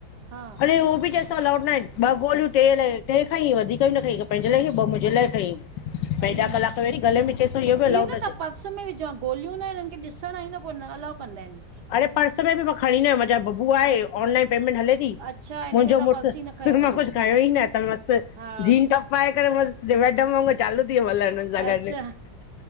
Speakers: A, on the right; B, on the left.
A: हा
B: अड़े उहो बि त अल्लाउॾ न आहे ब गोलियूं टे लइ टे खाईं वधीक ई न खाईं पंहिंजे लाइ ॿ मुंजे लाइ खाईं। भई
A: अई
B: ॾह कलाक वरी गले में चएसि बि अलाउड
A: इहो न
B: अचे
A: तव्हां पर्स में विझो गोलियूं न आहिन हिनन खे ॾिसण ईंदा त पो न अलाउ कंदा आहिन।
B: अरे पर्स में बि मां खणी न आहियां मुंजा बबु आहे ऑनलाइन पेमेंट हले थी।
A: अच्छा हिन
B: मुंजो
A: करे तव्हां
B: मुर्स
A: पर्स ई न खयो हूंदो
B: मां कुछ खायो ई न थल मस्त
A: हा
B: जीन टॉप पाए करे मस्त मैडम वांग चालू थी वमल हुनन सां
A: अच्छा
B: गॾ।